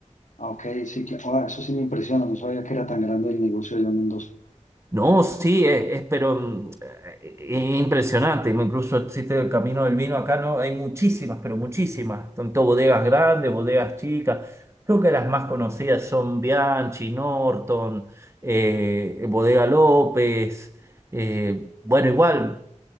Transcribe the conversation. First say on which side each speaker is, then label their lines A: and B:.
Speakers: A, on the left; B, on the right.
A: Ah, Ok, sí, claro. Ah, eso sí me impresiona, no sabía que era tan grande el negocio allá en Mendoza.
B: No, sí, es, es- pero mm, eh, es impresionante. Incluso existe el Camino del Vino acá, ¿no? Hay muchísimas, pero muchísimas. Tanto bodegas grandes, bodegas chicas. Creo que las más conocidas son Bianchi, Norton, eh, Bodega López. eh, bueno, igual,